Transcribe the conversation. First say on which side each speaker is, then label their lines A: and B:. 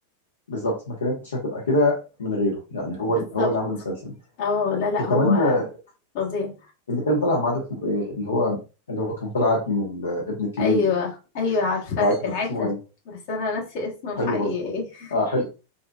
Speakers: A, on the left (about 70°); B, on the left (about 50°).
A: بالظبط ما كانتش هتبقى كده من غيره يعني هو
B: بالظبط
A: ال- هو اللي عمل المسلسل
B: اه لا لا
A: وكمان
B: هو
A: آه،
B: فظيع
A: اللي كان طالع معاه ده اسمه ايه اللي هو اللي هو كان طالع ابن ال- ابن الكبير
B: ايوه ايوه عارفه
A: العترة
B: العترة
A: اسمه ايه
B: بس انا ناسيه اسمه
A: حلو
B: الحقيقي
A: برضه
B: ايه
A: اه حلو